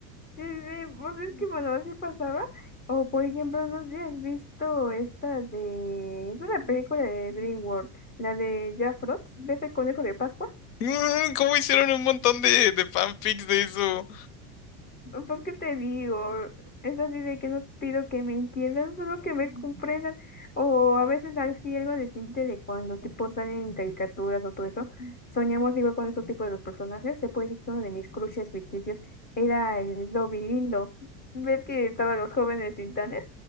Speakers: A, on the left; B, on the left.
A: Sí, sí, sí, pues es que bueno, así pasaba. O por ejemplo, no sé si has visto esta de... Es una película de DreamWorld, la de Jack Frost, ¿ves el conejo de Pascua?
B: Mm, ¿cómo hicieron un montón de, de fanfics de eso?
A: Pues qué te digo, es así de que no pido que me entiendan, solo que me comprendan. O a veces así algo distinto de cuando tipo salen en caricaturas o todo eso. Soñamos igual con esos tipos de los personajes. Se puede decir que uno de mis crushes ficticios era el Dobby lindo. Ver que estaban los jóvenes titanes.